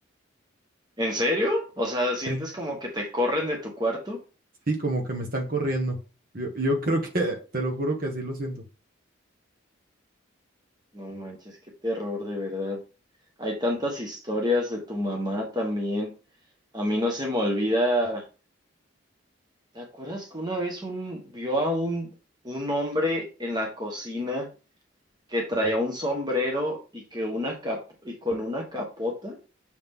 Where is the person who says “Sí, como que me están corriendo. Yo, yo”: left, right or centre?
Right